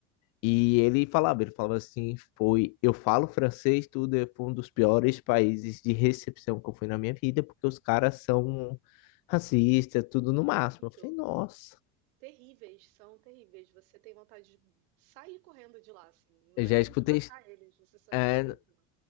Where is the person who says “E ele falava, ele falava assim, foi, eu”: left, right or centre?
Left